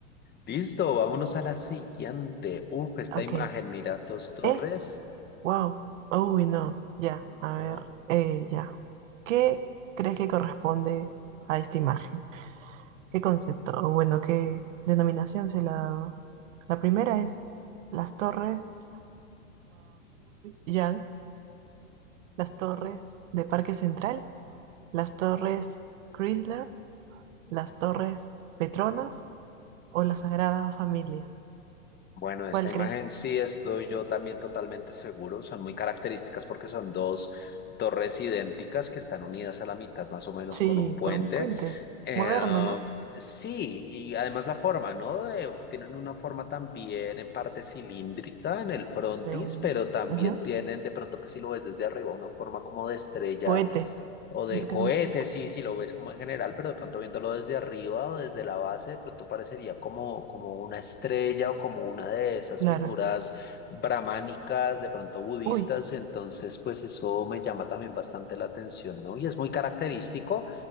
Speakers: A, on the left; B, on the right.
A: Listo, vámonos a la siguiente. Uf, esta
B: Ok.
A: imagen, mira, dos torres.
B: Eh, wow. Uy, no. Ya,
A: Ajá.
B: a ver. Eh, ya. ¿Qué crees que corresponde a esta imagen? ¿Qué concepto? O bueno, ¿qué denominación se le ha dado? La primera es las torres Yang, las torres de Parque Central, las torres Chrysler ¿Las Torres Petronas o la Sagrada Familia?
A: Bueno,
B: ¿Cuál
A: esta imagen
B: crees?
A: sí estoy yo también totalmente seguro. Son muy características porque son dos torres idénticas que están unidas a la mitad más o menos
B: Sí,
A: con un puente.
B: por un puente
A: Eh,
B: moderno, ¿no?
A: sí, y además la forma, ¿no? De- tienen una forma también en parte cilíndrica en el frontis,
B: De un
A: pero también
B: ujú,
A: tienen de pronto que si lo ves desde arriba, una forma como de estrella
B: cohete.
A: o
B: Siento
A: de
B: que
A: cohete,
B: es un cohete.
A: sí, si lo ves como en general, pero de pronto viéndolo desde arriba o desde la base, de pronto parecería como, como una estrella o como una de esas
B: Claro.
A: figuras brahmánicas, de pronto budistas,
B: Uy,
A: entonces pues eso me llama también bastante la atención, ¿no? Y es muy característico